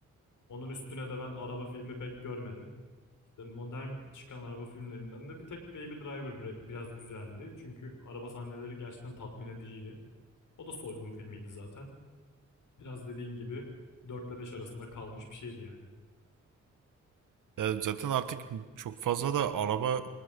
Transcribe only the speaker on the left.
Onun üstüne de ben araba filmi pek görmedim. İşte modern çıkan araba filmlerinden de bir tek Baby Driver biraz güzeldi. Çünkü araba sahneleri gerçekten tatmin ediciydi. O da soygun filmiydi zaten. Biraz dediğin gibi 4 ile 5 arasında kalmış bir şeydi yani.